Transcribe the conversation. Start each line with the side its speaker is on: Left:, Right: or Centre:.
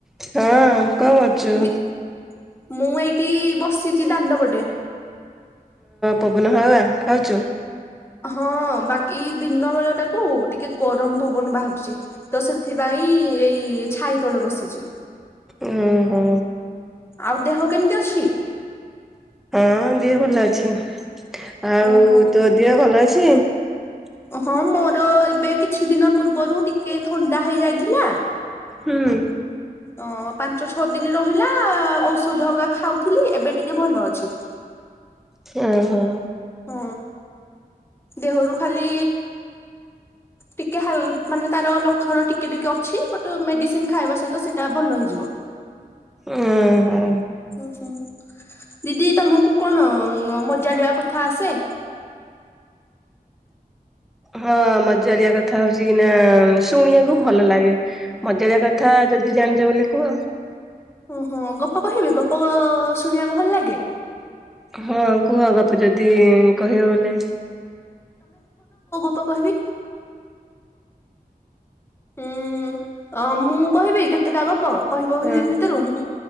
Centre: ହଁ କଣ କରଛୁ?
Left: ଦି ମୁଁ ଏଇଠି ବସିଛି ଦାଣ୍ଡପଟେ
Centre: ପବନ ହାୱୱ ଖାଉଛୁ।
Left: ହଁ ବାକି ଦିନ ବେଳ ଟାକୁ ଟିକେ ଗରମ ପବନ ବାହାରୁଛି ତ ସେଥିପାଇଁ ଏଇ ଛାଇ ତଳେ ବସିଛି।
Centre: ଓହୋ
Left: ଆଉ ଦେହ କେମିତି ଅଛି।
Centre: ହଁ ଦିଏ ଭଲ ଅଛି। ଆଉ
Left: ଓହୋ।
Centre: ତୋ ଦେିହ ଭଲ ଅଛି। କିଛ
Left: ହଁ ମୋର ଏବେ କିଛି ଦିନ ପୂର୍ବରୁ ଟିକେ ଥଣ୍ଡା ହେଇଯାଇଥିଲା।
Centre: ହଁ।
Left: ଅ ପାଞ୍ଚ ଛଅ ଦିନ ରହିଲା ଔଷଧଗକା ଖାଉଥିଲି ଏବେ ଟିକେ ଭଲ ଅଛି।
Centre: ହଁ ହଁ।
Left: ହଁ ଦେହରୁ ଖାଲି ଟିକୋଲ ମାନେ ତାର ଲକ୍ଷଣ ଟିକେ ଟିକେ ଅଛି ବଟ୍ ମେଡିସିନ ଖାଇବା ସହିତ ସେଇଟା ଭଲ ହେଇଯିବ।
Centre: ଓହୋ।
Left: ହୁଁ ହୁଁ ଦିଦି ତମକୁ କଣ ମଜାଳିଆ କଥା ଆସେ
Centre: ହଁ ମଜାଳିଆ କଥା ହଉଛି ନା ଶୁଣିବାକୁ ଭଲ ଲାଗେ ମଜାଳିଆ କଥା ଯଦି ଜାଣିଛ ବଲେ କୁହ।
Left: ଓହୋ ଗପ କହିବି ଗପ ଶୁଣିବାକୁ ଭଲ ଲାଗେ।
Centre: ହଁ କୁହ ବାପ ଯଦି କହିବା ବୋଲେ
Left: ତ କହିବି। ହୁଁ ମୁଁ କହିବି କେତେଟା ଗପ କହିବ ଭିତରୁ
Centre: ହଁ
Left: ମୁଁ